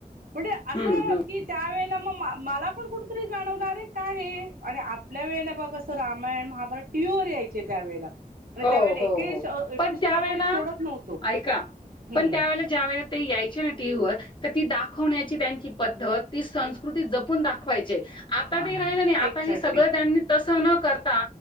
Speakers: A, on the right; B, on the left.
A: म्हणजे असं
B: हं, हं, हं.
A: की त्या वळेला मग मला पण कुठतरी जाणवणारे काय हे? आणि आपल्या वेळेला बा कसं रामायण महाभारात टीवर यायचे त्यावेेळेला!
B: हो,
A: त्यावेळेला
B: हो,
A: एकही
B: हो.
A: एपिसोड
B: पण त्यावेळेला
A: आपण सोडत नव्हतो.
B: ऐका
A: हम्म
B: पण त्यावेळे ज्या वेळे ते यायचे ना टीव्हीवर तर ती दाखवण्याची त्यांची ती पद्धत ती संस्कृती जपून दाखवायचे. आता
A: हा
B: ते राहिलं नाही आता
A: एक्झॅक्टली
B: हे सगळं त्यांनी तसं न कर ता